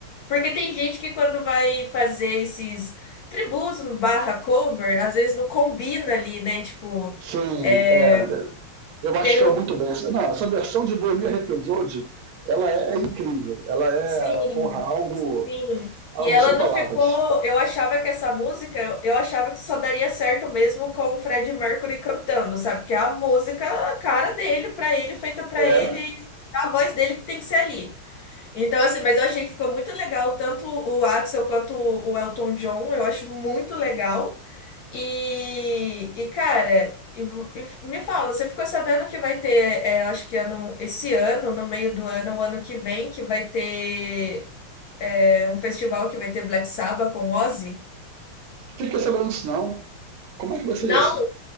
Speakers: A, on the left (about 70°); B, on the right (about 80°).
A: Porque tem gente que quando vai fazer esses tributos barra cover, às vezes não combina ali, né? Tipo,
B: Sim,
A: é,
B: é, é, eu acho
A: tem
B: que é
A: um.
B: muito bem. Não, essa versão de Bohemian Rhapsody, ela é é incrível. Ela é,
A: Sim.
B: porra, algo,
A: Sim.
B: algo
A: E ela
B: sem
A: não
B: palavras.
A: ficou. Eu achava que essa música, eu achava que só daria certo mesmo com o Fred Mercury cantando, sabe? que a música, a cara dele, pra ele, feita pra
B: É,
A: ele, a voz dele que tem que ser ali. Então, assim, mas eu achei que ficou muito legal, tanto o Axel quanto o o Elton John, eu acho muito legal. E, e cara, e vo- e me fala, você ficou sabendo que vai ter, é, acho que ano, esse ano, no meio do ano, o ano que vem, que vai ter. É um festival que vai ter Black Sabbath com Ozzy?
B: Fiquei sabendo disso não. Como é que vai ser
A: Não,
B: isso?